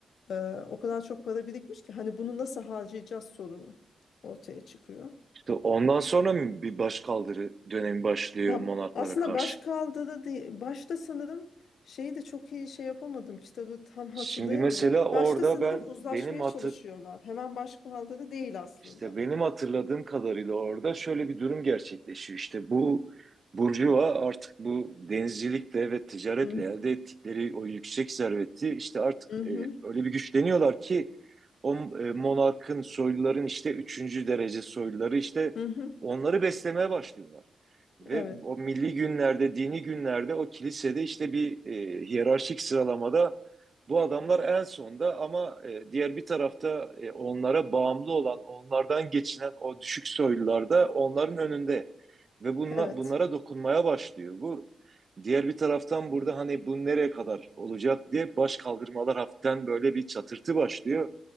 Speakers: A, on the left (about 80°); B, on the right (about 40°).
A: Ee, o kadar çok para birikmiş ki hani bunu nasıl harcayacağız sorunu ortaya çıkıyor.
B: İşte ondan sonra mı bir başkaldırı dönemi başlıyor
A: Ya
B: Monaklara
A: aslında
B: karşı.
A: baş kaldı da değil. Başta sanırım şeyi de çok iyi şey yapamadım. Kitabı tam <laughs> hatırlayamıyorum.
B: Şimdi mesela orada
A: Başta sanırım
B: ben
A: uzlaşmaya
B: benim hatır,
A: çalışıyorlar. Hemen başkaldı da değil aslında.
B: İşte benim hatırladığım kadarıyla orada şöyle bir durum gerçekleşiyor. İşte bu burjuva artık bu denizcilikle ve ticaretle
A: Hı
B: elde ettikleri o yüksek serveti işte artık
A: hı hı.
B: e, öyle bir güçleniyorlar ki o e, monarkın soyluların işte üçüncü derece soyluları işte
A: hı.
B: onları beslemeye başlıyorlar. Ve
A: Evet.
B: o milli günlerde, dini günlerde o kilisede işte bir e, hiyerarşik sıralamada bu adamlar en sonda ama e, diğer bir tarafta e, onlara bağımlı olan, onlardan geçinen o düşük soylular da onların önünde ve bunla,
A: Evet.
B: bunlara dokunmaya başlıyor. Bu diğer bir taraftan burada hani bu nereye kadar olacak diye baş kaldırmalar hafiften böyle bir çatırtı başlıyor